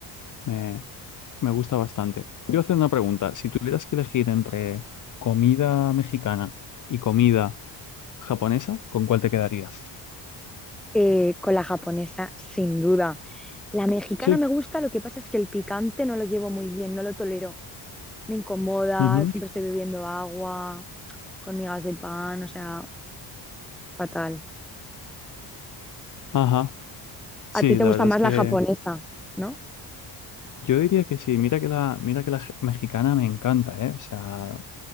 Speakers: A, on the left; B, in the centre.
A: me Me gusta bastante. Te iba a hacer una pregunta. Si tuvieras que elegir entre comida mexicana y comida japonesa, ¿con cuál te quedarías?
B: Eh, con la japonesa, sin duda. La mexicana
A: Sí.
B: me gusta, lo que pasa es que el picante no lo llevo muy bien, no lo tolero. Me incomoda,
A: Ujú.
B: siempre estoy bebiendo agua con migas de pan, o sea, fatal.
A: Ajá.
B: A
A: Sí,
B: ti te
A: la
B: gusta
A: verdad
B: más
A: es que
B: la japonesa, ¿no?
A: yo diría que sí. Mira que la, mira que la je- mexicana me encanta, ¿eh? O sea,